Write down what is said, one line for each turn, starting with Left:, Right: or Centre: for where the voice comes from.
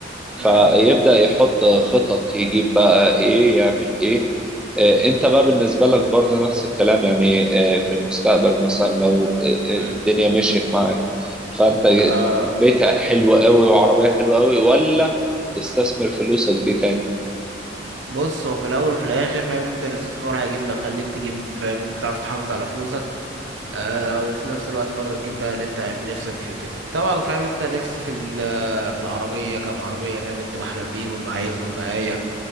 Centre: فيبدأ
Right: مم.
Centre: يحط خطط يجيب بقى ايه يعمل ايه آه، انت بقى بالنسبة لك برضو نفس الكلام يعني آه، في المستقبل مثلا لو آه،
Right: مم.
Centre: آه، الدنيا مشيت معاك فانت تجيب
Right: آه
Centre: بيت حلو قوي وعربية حلوة قوي ولا تستثمر فلوسك دي تاني
Right: بص هو في الأول وفي الآخر فاهم أنت الاستثمار هيجيب لك خليك تجيب فاهم أنت تعرف تحافظ على فلوسك آه وفي نفس الوقت برضه تجيب بقى اللي انت يعني نفسك فيه وكده طبعا فاهم انت نفسي في ال- آه، في العربية كام عربية فاهم انت بحلم بيهم عايزهم معايا